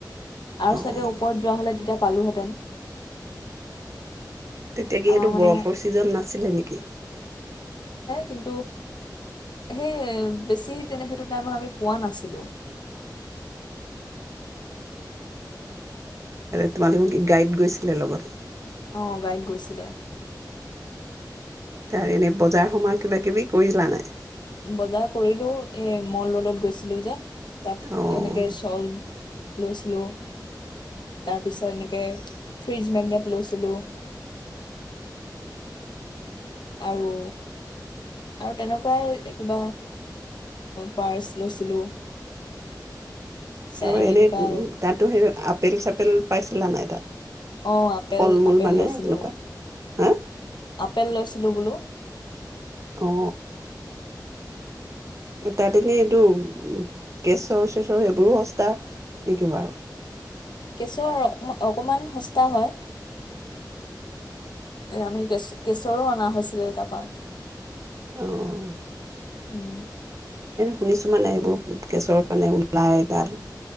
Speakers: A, on the left; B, on the right.
A: আৰু
B: অ',
A: চাগে ওপৰত যোৱা হ'লে তেতিয়া পালোহেঁতেন
B: তেতিয়া কি
A: আমাৰ
B: হেতু
A: মানে
B: বৰফৰ ছিজন নাছিলে নেকি
A: কিন্তু সেই বেছি তেনে সেইটো টাইমত আমি পোৱা নাছিলোঁ
B: তোমালোকে কি গাইড গৈছিলে লগত
A: আহ গাইড গৈছিলে
B: তাৰ এনে বজাৰ সময় কিবা কিবি কৰিলা নাই
A: বজাৰ কৰিলোঁ এই মল ৰোডত গৈছিলোঁ যে তাত
B: অ',
A: এনেকে চল লৈছিলোঁ তাৰপিছত এনেকে ফ্ৰ্ৰীজ মেগনেট লৈছিলোঁ আৰু আৰু তেনেকুৱাই কিবা পাৰ্চ লৈছিলোঁ চে-
B: আৰু
A: এনেকুৱা
B: এনেই তাতো সেই আপেল চাপেল পাইছিলা নাই তাত
A: অঁ আপেল
B: ফল মূল
A: আপেল
B: মানে
A: লৈছিলোঁ
B: এনেকুৱা হা?
A: আপেল লৈছিলোঁ বোলো
B: অ তাত এনেই এইটো কেচৰ চেচৰ সেইবোৰো সস্তা নেকি বাৰু
A: কেচৰ অকণমান সস্তা হয় আমি কেচৰো অনা হৈছিলে তাৰপৰা
B: আহ
A: উম
B: শুনিছো মানে এইবোৰ কেছৰ কাৰানে ওলাই তাত